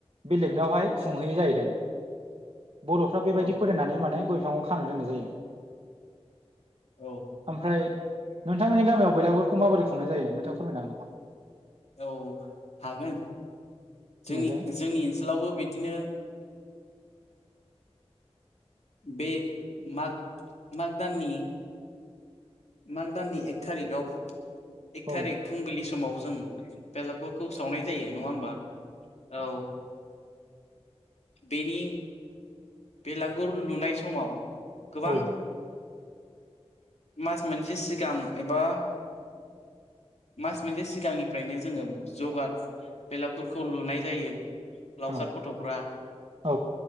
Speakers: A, on the right; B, on the left.
A: बेलेखनावहाय खुंहैयो जाहैदों बर'फ्रा बेबायदि
B: औ
A: फोथायनानै माने गय बिफांखौ खानो दोननाय जायो।
B: औ
A: ओमफ्राय नोंथांमोननि गामियाव बैलागुरखौ माबोरै खुंनाय जायो नोंथाङा फोरमायनो हागोन नामा?
B: औ हागोन जोंनि
A: होननायसाय
B: जोंनि ओनसोलावबो बिदिनो बे माग माग दाननि माग दाननि एक थारिखआव एक
A: औ
B: थारिक फुंबिलि समाव जों बेलागुरखौ सावनाय जायो नङा होमबा औ। बेनि बेलागुर लुनाय समाव गोबां
A: औ
B: मास मोनसे सिगां एबा मास मोनसे सिगांनिफ्रायनो जोङो जगार बेलागुरखौ लुनाय जायो लावखार
A: औ
B: गथ'फोरा
A: औ